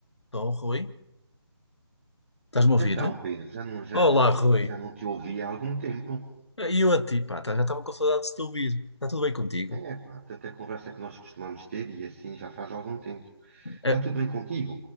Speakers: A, on the left; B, on the right.
A: Estou, Rui? Estás-me a ouvir?
B: Então, Pedro, já não, já
A: Olá,
B: não,
A: Rui.
B: já não te ouvi há algum tempo.
A: E eu a ti, pá, tá- já estava com saudades de te ouvir. Está tudo bem contigo?
B: É, pá, tanta conversa que nós costumamos ter e assim já faz algum tempo.
A: É,
B: Está tudo bem contigo?